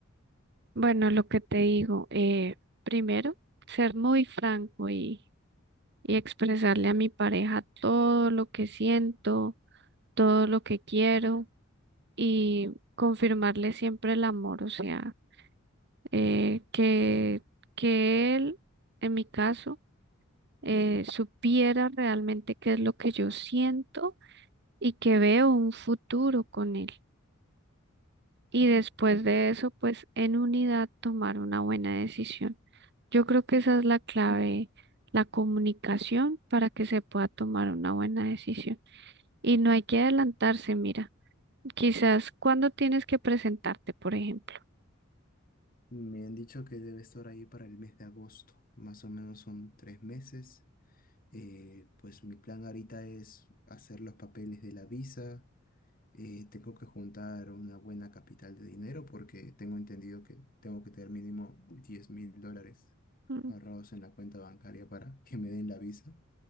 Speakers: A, on the right; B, on the left.
A: Bueno, lo que te digo, eh, primero, ser muy franco y, y expresarle a mi pareja todo lo que siento, todo lo que quiero y confirmarle siempre el amor, o sea, eh, que, que él, en mi caso, eh, supiera realmente qué es lo que yo siento y que veo un futuro con él. Y después de eso, pues en unidad tomar una buena decisión. Yo creo que esa es la clave, la comunicación para que se pueda tomar una buena decisión. Y no hay que adelantarse, mira, quizás cuando tienes que presentarte, por ejemplo.
B: Me han dicho que debe estar ahí para el mes de agosto, más o menos son tres meses. Eh, pues mi plan ahorita es hacer los papeles de la visa eh, tengo que juntar una buena capital de dinero porque tengo entendido que tengo que tener mínimo diez mil dólares
A: Mm,
B: ahorrados en la cuenta bancaria para <laughs> que me den la visa.